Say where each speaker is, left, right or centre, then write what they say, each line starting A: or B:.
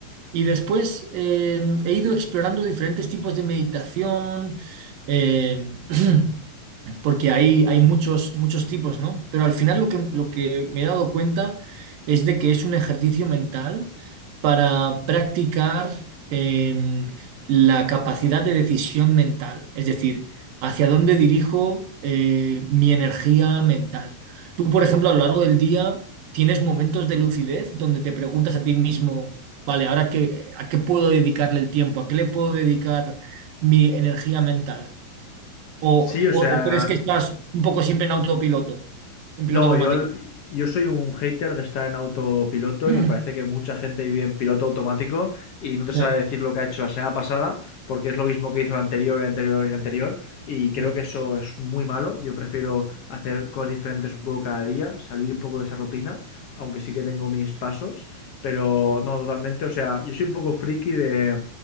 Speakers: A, on the right; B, on the left.
A: Y después eh, he ido explorando diferentes tipos de meditación. eh, <clears throat> porque hay, hay muchos, muchos tipos, ¿no? Pero al final lo que, lo que me he dado cuenta es de que es un ejercicio mental para practicar em, la capacidad de decisión mental, es decir, hacia dónde dirijo eh, mi energía mental. Tú, por ejemplo, a lo largo del día tienes momentos de lucidez donde te preguntas a ti mismo, vale, ahora qué, a qué puedo dedicarle el tiempo, a qué le puedo dedicar mi energía mental. ¿O,
B: Sí, o sea,
A: o- o crees que estás un poco siempre en autopiloto, en
B: No,
A: piloto automático?
B: yo, al- yo soy un hater de estar en autopiloto
A: <clears throat>
B: y me parece que mucha gente vive en piloto automático y no te sabe
A: Sí.
B: decir lo que ha hecho la semana pasada porque es lo mismo que hizo el anterior, el anterior y el anterior y creo
A: Mm,
B: que eso es muy malo. Yo prefiero hacer cosas diferentes un poco cada día, salir un poco de esa rutina, aunque sí que tengo mis pasos, pero no, totalmente. O sea, yo soy un poco friki de